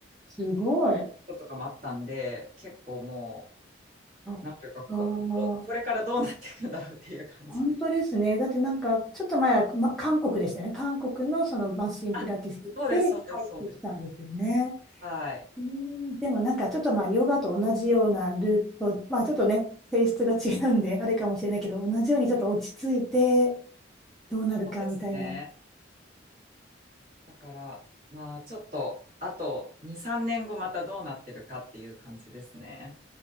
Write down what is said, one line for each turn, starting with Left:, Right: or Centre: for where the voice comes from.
Centre: すごい。
Right: こととかもあったんで、結構も
Centre: あ、
Right: う、なんていうか、こ、
Centre: あー、
Right: ここれからどうなっていくんだろうっていう感じで。
Centre: 本当ですね。だってなんか、ちょっと前は、ま、韓国でしたよね。韓国のそのマシンピラティスで入ってきたんですよね。
Right: あ、そうです、そうです、そうです。はい。
Centre: うんでもなんかちょっとまあヨガと同じようなルート、まあちょっとね、性質が違うんで、あれかもしれないけど、同じようにちょっと落ち着いてどうなるかみたいな、
Right: そうですね。だから、まあ、ちょっと、あと2、3年後またどうなってるかっていう感じですね。